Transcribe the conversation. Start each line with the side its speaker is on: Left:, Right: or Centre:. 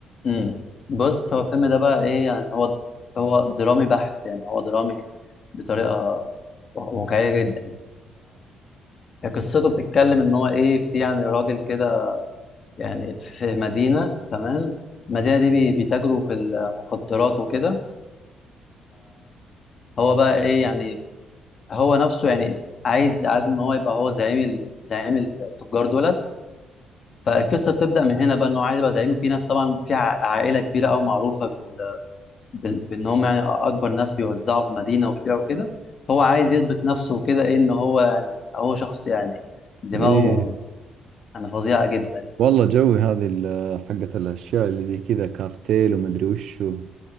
Left: امم بص هو الفيلم ده بقى إيه يعني هو هو درامي بحت يعني هو درامي بطريقة وا- واقعية جدا يعني فقصته بتتكلم إن هو إيه في يعني راجل كده يعني في مدينة تمام المدينة دي بي- بيتاجروا في المخدرات وكده هو بقى إيه يعني هو نفسه يعني عايز عايز ان هو يبقى هو زعيم ال- زعيم التجار دولت فالقصه بتبدا من هنا بقى ان هو عايز يبقى زعيم وفي ناس طبعا في ع- عائله كبيره قوي معروفه بال... بال... بان هم يعني اكبر ناس بيوزعوا في مدينه وبيبيعوا كده هو عايز يثبت نفسه كده ايه ان هو يعني هو شخص يعني دماغه
Right: ايه
Left: انا فظيعه جدا
Right: والله جوي هذه ال- حقة الاشياء اللي زي كذا كارتيل ومدري وشو